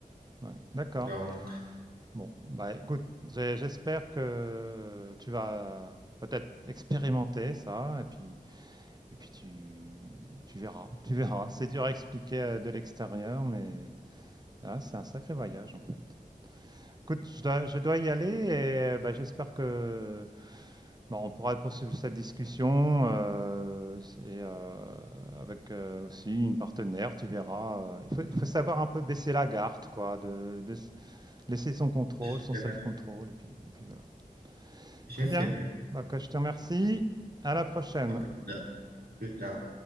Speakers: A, on the right; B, on the right.
A: ouais. d'accord.
B: Donc,
A: Bon, bah écoute, j'ai- j'espère que tu vas peut-être expérimenter ça, et puis, et puis tu, tu verras, tu verras. C'est dur à expliquer euh, de l'extérieur, mais ah, c'est un sacré voyage en fait. Écoute, je dois, je dois y aller, et euh, bah, j'espère que bah, on pourra poursuivre cette discussion, euh, et euh, avec euh, aussi une partenaire, tu verras. euh, il faut, il faut savoir un peu baisser la garde, quoi, de, de s- laisser son contrôle,
B: J'essaierai.
A: son self-control, et puis, et puis voilà.
B: J'essaierai.
A: Très bien. Donc, je te remercie. À la prochaine.
B: À plus tard. Plus tard.